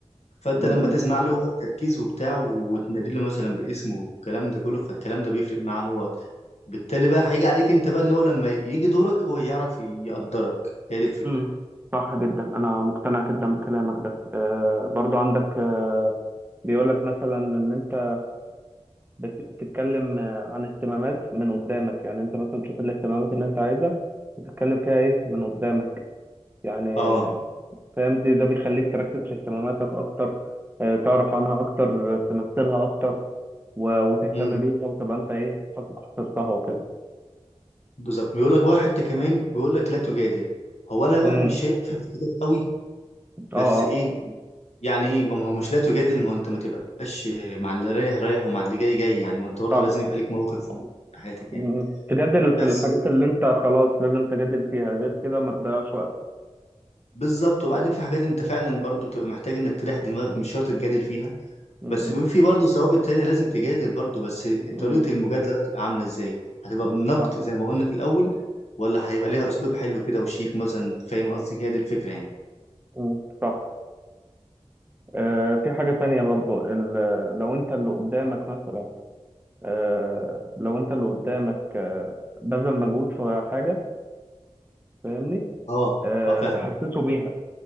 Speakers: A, on the left; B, on the right.
A: فانت
B: مم.
A: لما تسمع له هو التركيز وبتاع وتنادي له مثلا باسمه والكلام ده كله فالكلام ده بيفرق معاه هو بالتالي بقى هيجي عليك انت بقى ان هو لما يجي دورك هو يعرف يقدرك هي دي الفكره
B: مم. صح جدا أنا مقتنع جدا بكلامك ده أه برضو عندك آه، بيقول لك مثلا ان انت بت- بتتكلم عن اهتمامات من قدامك يعني انت مثلا تشوف الاهتمامات اللي انت عايزها وتتكلم فيها ايه من قدامك يعني
A: اه
B: فاهم دي ده بيخليك تركز في اهتماماتك اكتر آه، تعرف عنها اكتر تمثلها اكتر و- وتهتم
A: امم
B: بيها وتبقى انت ايه حص- حصرتها وكده
A: بالظبط بيقول لك بقى حته كمان بيقول لك لا تجادل هو انا
B: امم
A: بقى مش شايفها في الكتاب قوي
B: اه
A: بس
B: اه
A: ايه يعني ايه ما هو مش لا تجادل ما هو انت ما تبقاش مع اللي رايح رايح ومع اللي جاي جاي يعني ما انت برضه
B: صح
A: لازم يبقى ليك موقف في حياتك
B: مم.
A: يعني
B: تجادل في
A: بس
B: الحاجات اللي انت خلاص لازم تجادل فيها غير كده ما تضيعش وقت
A: بالظبط وبعدين في حاجات انت فعلا برضو بتبقى محتاج انك تريح دماغك
B: مم.
A: مش شرط تجادل فيها
B: مم.
A: بس بيبقى في برضو ثوابت تانية لازم تجادل برضو بس
B: مم.
A: طريقة المجادلة بقى تبقى عاملة ازاي هتبقى
B: مم.
A: بالنقد
B: صح
A: زي ما قلنا في الأول ولا هيبقى ليها أسلوب حلو كده وشيك مثلا فاهم قصدي هي دي الفكرة يعني
B: مم. صح آه، في حاجة تانية برضو ال- لو انت اللي قدامك مثلا آه، لو انت اللي قدامك آه، بذل مجهود في حاجة فاهمني
A: اه
B: آه،
A: اه فاهم
B: تحسسه بيها